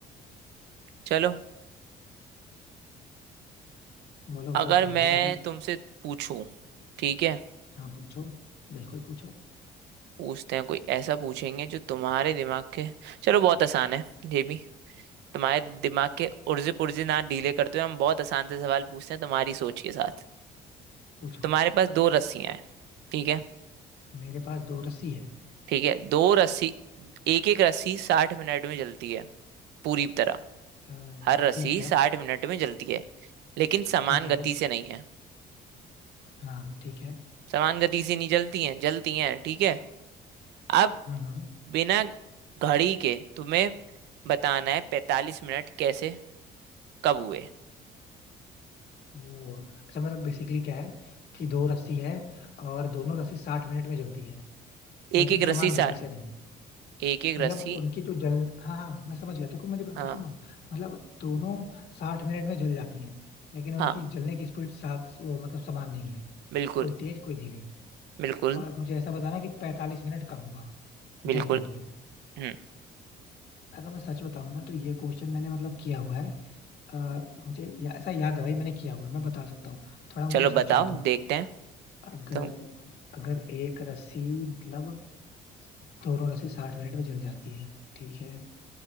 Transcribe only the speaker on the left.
था। बोलो बोलो
तुम्हारी
बारी
हाँ पूछो बिल्कुल पूछो
पूछो
मेरे पास दो रस्सी है
अ,
ठीक है
ठीक है
हाँ ठीक है
हम्म
वो अच्छा मतलब बेसिकली क्या है कि दो रस्सी है और दोनों रस्सी साठ मिनट में जलती है लेकिन
समान
गति
से नहीं
मतलब
उनकी जो जल हाँ हाँ मैं समझ गया देखो मेरी बात
तो सुनो मतलब दोनों साठ मिनट में जल जाती हैं लेकिन उनकी
जलने की स्पीड साथ वो मतलब समान नहीं है
कोई तेज कोई धीरे
और मुझे ऐसा बताना कि पैंतालीस मिनट कब हुआ
जलते हुए
अगर मैं सच बताऊं ना तो ये क्वेश्चन मैंने मतलब किया हुआ है अ, मुझे या, ऐसा याद है भाई मैंने किया हुआ है मैं बता सकता हूँ थोड़ा मुझे
सोचने
दो
अगर
अगर एक रस्सी मतलब दोनों रस्सी साठ मिनट में जल जाती है ठीक है